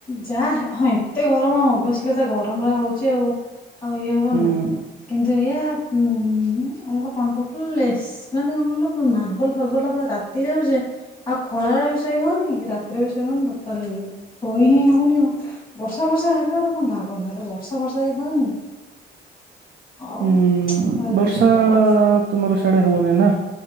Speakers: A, on the left; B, on the right.
A: ଯାହା ହଁ ଏତେ ଗରମ ଆଉ <unintelligible> ତା ଗରମ ହଉଛି ଆଉ। ଆଉ ଇଏ ହବନି
B: ହୁଁ
A: ନା? କିନ୍ତୁ ଏୟା ଉଁ ମ କଣ୍ଟ୍ରୋଲଲେସ ମାନେ କଣକହିଲ ମାର୍ବଲ, ଫାର୍ବଲ, ପୁରା ତା ତାତି ଯାଉଛି ଯେ ଆଉ ଖରାରେ ବି ଶୋଇ ହଉନି କି ରାତିରେ ବି ଶୋଇ ହଉନି ଟୋଟାଲ ଶୋଇ ହିଁ ହଉନି ଆଉ ବର୍ଷା ଫର୍ଷା ହେଲେ ଗୋଟେ କଣ ଲାଗନ୍ତା ହଲେ ବର୍ଷା ଫର୍ଷା ହିଁ ହଉନି। ଆଉ
B: ହୁଁ
A: ଭାରି
B: ବର୍ଷା
A: ବିରକ୍ତ ଲାଗୁଛି
B: ତମର ଶାଡେ ହଉନି ନା?